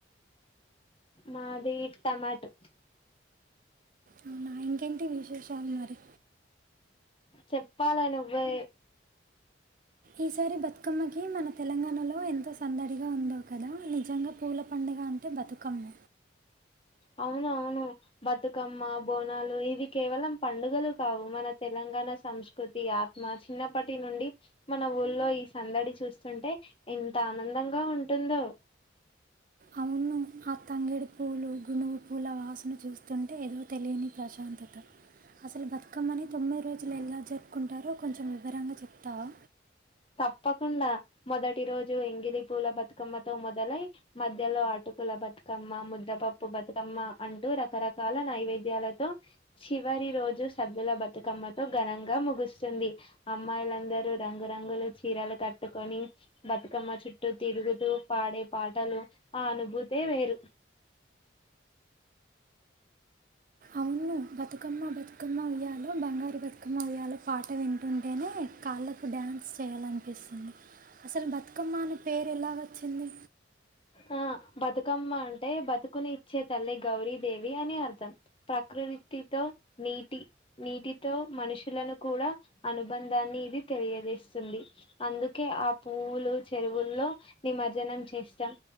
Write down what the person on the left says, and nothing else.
మాది టమాటో
చెప్పాలా నువ్వే
అవును అవును బతుకమ్మ బోనాలు ఇవి కేవలం పండుగలు కావు మన తెలంగాణ సంస్కృతి ఆత్మ చిన్నప్పటి నుండి మన ఊళ్లో ఈ సందడి చూస్తుంటే ఎంత ఆనందంగా ఉంటుందో
తప్పకుండా మొదటి రోజు ఎంగిలి పూల బతుకమ్మతో మొదలై మధ్యలో అటుకుల బతుకమ్మ ముద్దపప్పు బతుకమ్మ అంటూ రకరకాల నైవేద్యాలతో చివరి రోజు సద్దుల బతుకమ్మతో ఘనంగా ముగుస్తుంది అమ్మాయిలందరూ రంగు రంగులు చీరలు కట్టుకొని బతుకమ్మ చుట్టూ తిరుగుతూ పాడే పాటలు ఆ అనుభూతే వేరు
ఆ బతుకమ్మ అంటే బతుకుని ఇచ్చే తల్లి గౌరీ దేవి అని అర్థం ప్రకృతితో నీటి నీటితో మనుషులను కూడా అనుబంధాన్ని ఇది తెలియజేస్తుంది అందుకే ఆ పువ్వులు చెరువుల్లో నిమర్జనం చేస్తాం